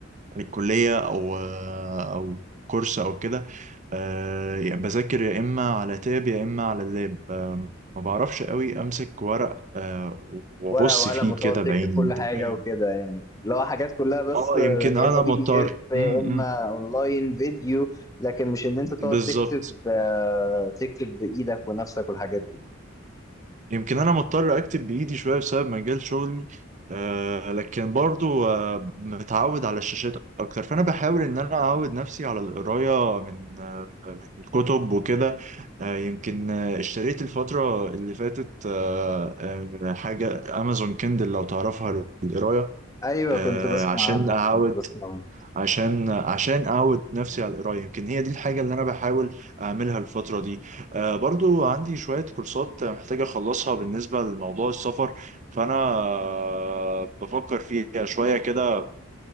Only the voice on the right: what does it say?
للكلية او آه، او كورس او كده آه، يعني بذاكر يا اما على تاب يا اما على اللاب آه، ما بعرفش قوي امسك ورق آه، وابص
فيه
كده
بعيني
انت
فاهم
اه
يمكن
انا
مضطر
امم
بالظبط
يمكن انا مضطر اكتب بايدي شويه بسبب مجال شغلي آه لكن برضو آه متعود على الشاشات اكتر فانا بحاول ان انا اعود نفسي على القرايه من آه من كتب وكده آه يمكن آه اشتريت الفتره اللي فاتت آه آه حاجه امازون كندل لو تعرفها للقرايه
آه
عشان
اعود
عشان عشان اعود نفسي على القرايه يمكن هي دي الحاجه اللي انا بحاول اعملها الفتره دي آه برضو عندي شويه كورسات محتاج اخلصها بالنسبه لموضوع السفر فانا آه بفكر فيها شويه كده